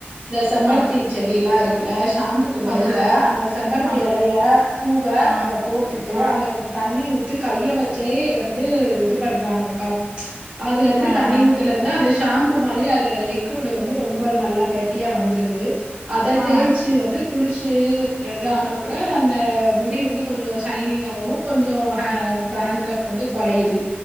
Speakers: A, on the right (about 30°); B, on the right (about 70°).
A: இந்த செம்பருத்தி
B: ஆ
A: செடிலா இருக்குல ஷாம்புக்கு பதிலா
B: ஆமா
A: அந்த செம்பருத்தி
B: ஆ
A: எலைய பூவ
B: ஆ
A: அத போட்டுட்டு
B: ஆ
A: அதுல கொஞ்ச தண்ணி ஊத்தி கைய வச்சே வந்து இது பண்றாங்க கா அதுலருந்து
B: ஆ ஆ
A: தண்ணி ஊத்துலருந்து அது ஷாம்பு மாதிரி அதுல லிக் யூடு வந்து ரொம்ப நல்லா கெட்டியா வந்துருது அத
B: ஆ
A: தேய்ச்சு வந்து குளிச்சு அ இது ஆனா கூட அந்த முடி வந்து கொஞ்ச ஷைனிங் ஆகு கொஞ்சோ ஹ ட்ராண்ட்ரஃப் வந்து கொறையுது